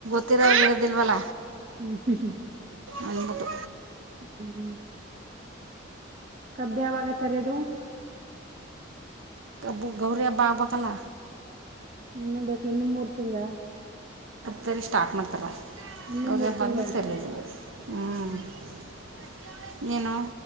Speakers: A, on the right; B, on the right.
A: <unintelligible> ತ್ತರರೋದಲ್ವಲ
B: ಹ್ಮ್ ಹ್ಮ
A: ಅಂದಬಿಟ್ಟು
B: ಹ್ಮ್ ಕಬ್ಬಿ ಯಾವಾಗ ತರೆದು
A: ಬ್ಬ ಗೌರಿ ಹಬ್ಬಬ ಕಲ್ಲ
B: ಇನ್ನು ಬೇಕು ಇನ್ನು ಮೂರ್ ತಿಂಗ
A: ಸರಿ ಸ್ಟಾರ್ ಮಾಡ್ತಾರ
B: ಇನ್ನು
A: ಅವ್ರೇ
B: ಮೂರ್
A: ಬಂದ್ಮತರ್ಲ
B: ತಿಂಗ
A: <unintelligible> ಹ್ಮ್ <unintelligible> ಏನು